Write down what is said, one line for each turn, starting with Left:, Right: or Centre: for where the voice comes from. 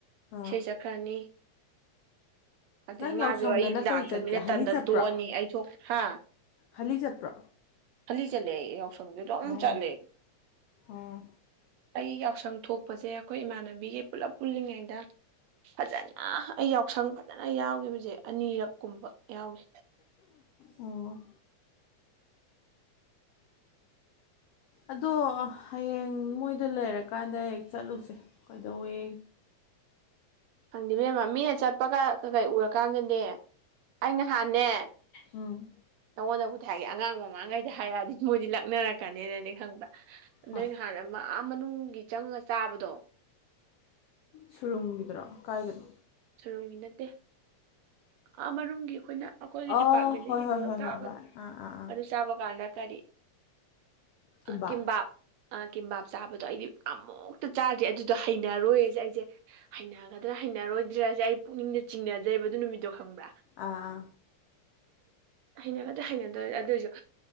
Left: ꯑꯥ
Right: ꯏꯁꯩ ꯆꯠꯈ꯭ꯔꯅꯤ ꯑꯗꯩ
Left: ꯅꯪ
Right: ꯃꯥꯁꯨ
Left: ꯌꯥꯎꯁꯪꯗꯅ
Right: ꯑꯩ ꯂꯥꯛꯇ꯭ꯔꯃꯤꯅ
Left: ꯀꯩ ꯆꯠꯀꯦ ꯍꯔꯤ
Right: ꯇꯟ ꯇꯟ
Left: ꯆꯠꯄ꯭ꯔꯥ
Right: ꯇꯣꯛꯑꯅꯤ ꯑꯩ ꯊꯣꯛ ꯍꯥ
Left: ꯍꯜꯂꯤ ꯆꯠꯄ꯭ꯔꯣ
Right: ꯍꯜꯂꯤ ꯆꯠꯂꯦ ꯑꯩ ꯌꯥꯎꯁꯪꯗ ꯑꯗꯨ ꯑꯃꯨꯛ
Left: ꯑꯣ
Right: ꯆꯠꯂꯦ
Left: ꯑꯣ
Right: ꯑꯩ ꯌꯥꯎꯁꯪ ꯊꯣꯛꯄꯁꯦ ꯑꯩꯈꯣꯏ ꯏꯃꯥꯟꯅꯕꯤꯒꯤ ꯄꯨꯜꯂꯞ ꯄꯨꯜꯂꯤꯉꯩꯗ ꯐꯖꯅ ꯑꯩ ꯌꯥꯎꯁꯪ ꯐꯖꯅ ꯌꯥꯎꯈꯤꯕꯁꯦ ꯑꯅꯤꯔꯛ ꯀꯨꯝꯕ ꯌꯥꯎꯏ
Left: ꯑꯣ ꯑꯗꯣ ꯍꯌꯦꯡ ꯃꯣꯏꯗ ꯂꯩꯔꯀꯥꯟꯗ ꯍꯦꯛ ꯆꯠꯂꯨꯁꯦ ꯀꯩꯗꯧꯋꯦ
Right: ꯈꯪꯗꯦꯕꯦꯝꯃ ꯃꯤꯅ ꯆꯠꯄꯒ ꯀꯩꯀꯩ ꯎꯔꯀꯥꯟꯗꯅꯦ ꯑꯩ ꯅꯍꯥꯟꯅꯦ
Left: ꯎ
Right: ꯅꯪꯉꯣꯟꯗꯕꯨꯗꯤ ꯍꯥꯏꯒꯦ ꯑꯉꯥꯡ ꯃꯃꯥꯡꯈꯩꯗ ꯍꯥꯏꯔꯛꯑꯗꯤ ꯃꯣꯏꯗꯤ ꯂꯛꯅꯔꯛꯀꯅꯤꯅꯅꯤ ꯈꯪꯕ
Left: ꯍꯣꯏ
Right: ꯅꯣꯏ ꯅꯍꯥꯟ ꯃꯅꯨꯡꯒꯤ ꯆꯪꯉ ꯆꯥꯕꯗꯣ
Left: ꯁꯨꯔꯨꯝꯒꯤꯗ꯭ꯔꯣ ꯀꯥꯏꯗꯅꯣ
Right: ꯁꯔꯨꯝꯒꯤ ꯅꯠꯇꯦ ꯑꯃꯅꯨꯡꯒꯤ ꯑꯩꯈꯣꯏꯅ ꯑꯩꯈꯣꯏꯒꯤ
Left: ꯑꯣ
Right: ꯗꯤꯄꯥꯔꯠꯃꯦꯟꯗꯒꯤ
Left: ꯍꯣꯏ
Right: ꯍꯦꯟꯗꯣꯛꯅꯒ
Left: ꯍꯣꯏ ꯍꯣꯏ
Right: ꯆꯥꯕ
Left: ꯍꯣꯏ ꯍꯣꯏ ꯑꯥ ꯑꯥ ꯑꯥ
Right: ꯑꯗꯨ ꯆꯥꯕ ꯀꯥꯟꯗ ꯀꯔꯤ
Left: ꯀꯤꯝꯕꯥꯞ
Right: ꯀꯕꯥ <inaudible> <unintelligible> ꯑ ꯀꯤꯝꯕꯥꯞ ꯆꯥꯕꯗꯣ ꯑꯩꯗꯤ ꯑꯃꯨꯛꯇ ꯆꯥꯗ꯭ꯔꯤ ꯑꯗꯨꯗꯣ ꯍꯩꯅꯔꯣꯏꯌꯦꯁꯦ ꯑꯩꯁꯦ ꯍꯩꯅꯒꯗ꯭ꯔꯥ ꯍꯩꯅꯔꯣꯏꯗ꯭ꯔꯁꯦ ꯑꯩ ꯄꯨꯛꯅꯤꯡꯗ ꯆꯤꯡꯅꯖꯩꯕ ꯑꯗꯨ ꯅꯨꯃꯤꯠꯇꯣ ꯈꯪꯕ꯭ꯔꯥ
Left: ꯑꯥꯥ
Right: ꯍꯩꯅꯒꯗꯤ ꯍꯩꯅꯗꯣꯏꯔ ꯑꯗꯨꯑꯣꯏꯁꯨ